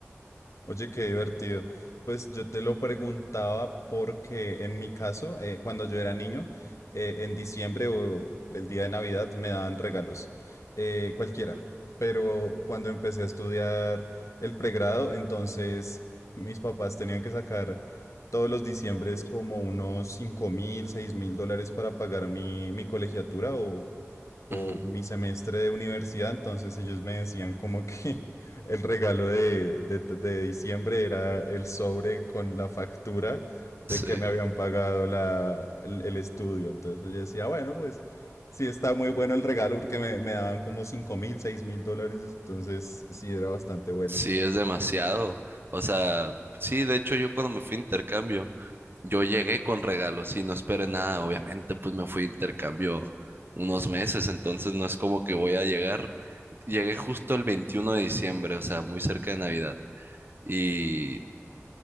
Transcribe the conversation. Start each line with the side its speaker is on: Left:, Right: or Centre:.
Left: Oye, qué divertido. Pues yo te lo preguntaba porque en mi caso, eh, cuando yo era niño, eh, en diciembre o el día de Navidad me daban regalos, eh, cualquiera. Pero cuando empecé a estudiar el pregrado, entonces mis papás tenían que sacar todos los diciembres como unos cinco mil, seis mil dólares para pagar mi, mi colegiatura o o
Right: Ujú.
Left: mi semestre de universidad, entonces ellos me decían como que <laughs> el regalo de, de- de diciembre era el sobre con la factura de
Right: Sí,
Left: que me habían pagado la- el, el estudio. Entonces yo decía, bueno, pues Sí, está muy bueno el regalo porque me, me daban como cinco mil, seis mil dólares, entonces sí era bastante bueno.
Right: sí, es demasiado. O sea, sí, de hecho yo cuando me fui a intercambio, Yo llegué con regalos y no esperé nada, obviamente, pues me fui de intercambio unos meses, entonces no es como que voy a llegar. Llegué justo el 21 de diciembre, o sea, muy cerca de Navidad. Y,